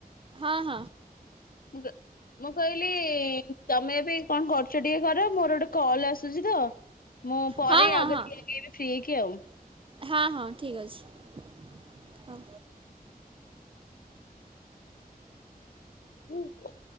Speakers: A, on the right; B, on the left.
A: ଓହ।
B: ମୁ ମୁଁ କହିଲି ତମେ ଏ ବି କଣ କରୁଛ ଟିକେ କରର ମୋର ଗୋଟେ କଲ ଆସୁଛି ତ? ମୁଁ ପରେ
A: ହଁ ହଁ
B: ଆଉ ଆଗି
A: ହଁ
B: <inaudible> ଫ୍ରି ହେଇକି ଆଉ।
A: ହଁ ହଁ ଠିକ ଅଛି ହଉ।
B: ହୁଁ।